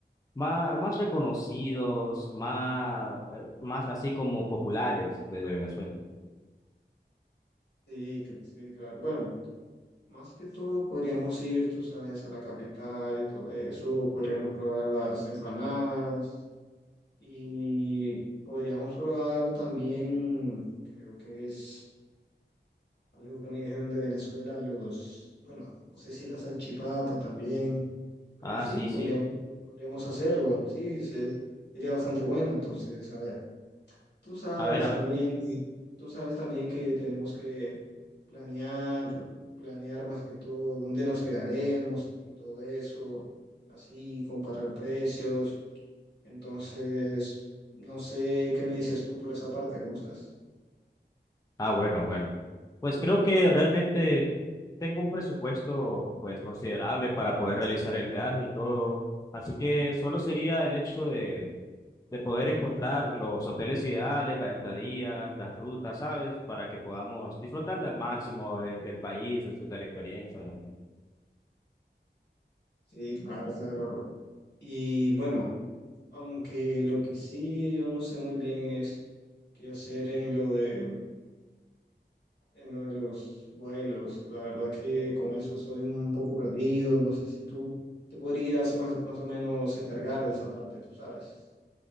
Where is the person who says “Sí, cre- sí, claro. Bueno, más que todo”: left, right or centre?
Left